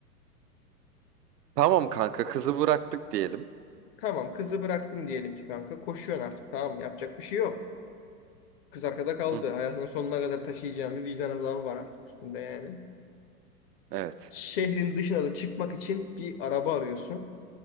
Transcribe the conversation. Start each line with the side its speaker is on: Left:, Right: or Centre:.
Right: Tamam kanka kızı bıraktık diyelim.
Left: Tamam kızı bıraktın diyelim ki kanka. Koşuyorsun artık tamam mı? Yapacak bir şey yok. Kız arkada kaldı.
Right: Hı hı.
Left: Hayatının sonuna kadar taşıyacağın bir vicdan azabı var artık üstünde yani.
Right: Evet.
Left: Şehrin dışına da çıkmak için bir araba arıyorsun.